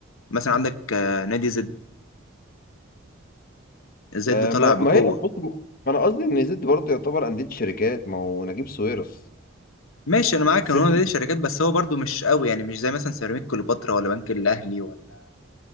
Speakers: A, on the left; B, on the left.
A: مثلا عندك آه، نادي زد زد
B: آه،
A: طالع
B: ما
A: بقوه
B: ما هي بص ما أنا قصدي إن زد برضه يعتبر أندية شركات ما هو نجيب ساويرس
A: ماشي انا معاك
B: زد
A: ان هو نادي شركات بس هو برضو مش قوي يعني مش زي مثلا سيراميك كليوباترا ولا بنك الاهلي ولا